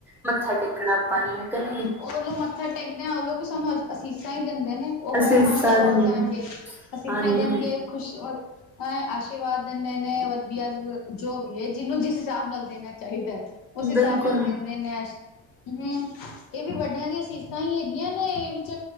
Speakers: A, in the centre; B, on the left (about 75°).
A: ਮੱਥਾ ਟੇਕਣਾ ਆਪਾਂ ਨੇ। ਕਿ ਨਹੀਂ।
B: ਉਹ ਲੋਕ ਮੱਥਾ ਟੇਕਦੇ ਆ, ਉਹ ਲੋਕ ਵੀ ਸਾਨੂੰ ਅਸੀਸਾਂ ਹੀ ਦਿੰਦੇ ਨੇ। ਉਹ ਕਿਹੜਾ
A: ਅਸੀਂ ਹਿੱਸਾ
B: ਸਾਨੂੰ ਕੁਛ ਹੋਰ
A: ਦਿੰਦੇ
B: ਕਹਿਣਗੇ, ਅਸੀਸਾਂ
A: ਹਾਂਜੀ
B: ਹੀ ਦੇਣਗੇ ਖੁਸ਼ ਹੈ ਆਸ਼ੀਰਵਾਦ ਦਿੰਦੇ ਨੇ, ਵਧੀਆ ਜੋ ਵੀ ਐ ਜਿਹਨੂੰ ਜਿਸ ਹਿਸਾਬ ਨਾਲ ਦੇਣਾ ਚਾਹੀਦਾ। ਉਸ ਹਿਸਾਬ
A: ਬਿਲਕੁਲ
B: ਨਾਲ ਦਿੰਦੇ ਨੇ ਅਸ਼ ਹੂੰ। ਇਹ ਵੀ ਵੱਡਿਆਂ ਦੀਆਂ ਅਸੀਸਾਂ ਹੀ ਹੈਗੀਆਂ ਨੇ ਇਹ ਵਿੱਚ